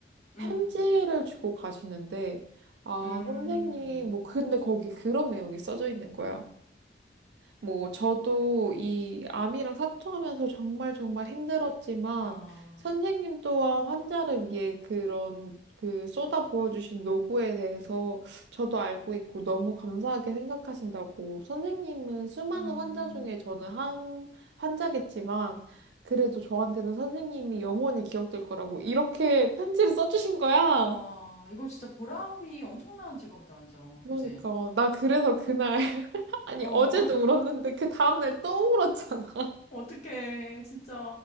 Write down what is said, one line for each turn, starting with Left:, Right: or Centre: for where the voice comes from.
Left: 음,
Right: 편지를 주고 가시는데 아
Left: 음.
Right: 선생님 뭐 근데 거기 그런 내용이 써져 있는 거야. 뭐, 저도 이 암이랑 사투하면서 정말 정말 힘들었지만,
Left: 아,
Right: 선생님 또한 환자를 위해 그런, 그 쏟아 부어주신 노고에 대해서 저도 알고 있고 너무 감사하게 생각하신다고. 선생님은 수많은
Left: 음,
Right: 환자 중에 저는 한 환자겠지만, 그래도 저한테는 선생님이 영원히 기억될 거라고 이렇게 편지를 써주신 거야.
Left: 와, 이건 진짜 보람이 엄청난 직업이다, 완전.
Right: 그러니까,
Left: 그치?
Right: 나 그래서 그날, <laughs> 아니,
Left: 어,
Right: 어제도
Left: <laughs>
Right: 울었는데 그 다음날 또 울었잖아.
Left: 어떡해, 진짜,